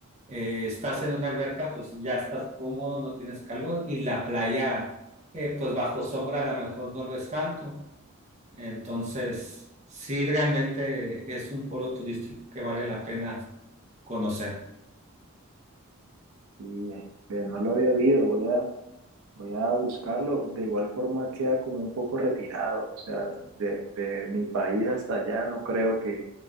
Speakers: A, on the right; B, on the right.
A: eh, estás en una alberca, pues ya estás cómodo, no tienes calor, y la playa, eh, pues bajo sombra a lo mejor no lo es tanto. Entonces, sí, realmente es un polo turístico que vale la pena conocer.
B: Y pues, no lo había oído, voy a, voy a buscarlo. De igual forma queda como un poco retirado, o sea, de, de mi país hasta allá no creo que,